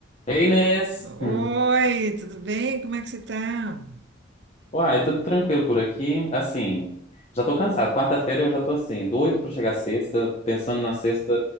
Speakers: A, on the left; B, on the right.
A: Ei, Inês!
B: Oi,
A: Hum.
B: tudo bem? Como é que você está?
A: Uai, tudo tranquilo por aqui. Assim, já tô cansado. Quarta-feira eu já tô assim, doido pra chegar sexta, pensando na sexta